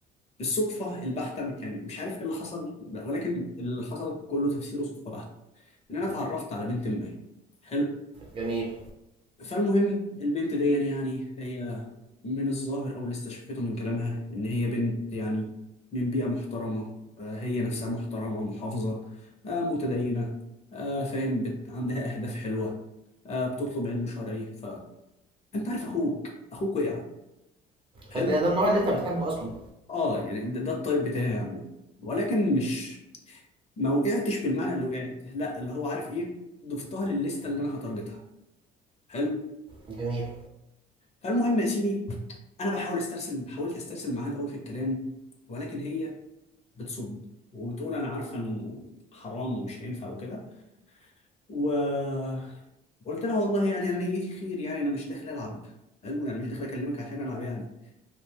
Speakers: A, on the left; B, on the right.
A: الصدفه البحته يعني مش عارف ايه اللي حصل ولكن اللي حصل كله تفسيره صدفه بحته ان انا اتعرفت على بنت ما حلو
B: جميل
A: فالمهم البنت دي يعني, يعني هي من الظاهر أو اللي استشفيته من كلامها إن هي بنت يعني من بيئة محترمة آه، هي نفسها محترمة محافظة آه، متدينة آه، فاهم بت... عندها أهداف حلوة آه، بتطلب علم شرعي فأنت عارف أخوك أخوك وقع حلو
B: طب ده ده النوع اللي انت بتحبه اصلا
A: آه يعني ده, ده الطيب بتاعي يا عم ولكن مش ما وقعتش بالمعنى اللي وقعت لا اللي هو عارف إيه ضفتها للليستة اللي أنا هتارجتها حلو
B: جميل
A: فالمهم يا سيدي أنا بحاول أسترسل حاولت أسترسل معاها الأول في الكلام ولكن هي بتصد وبتقول انا عارفه انه حرام ومش هينفع وكده وقلت لها والله يعني انا نيتي خير يعني انا مش داخل العب حلو يعني مش داخل اكلمك عشان العب يعني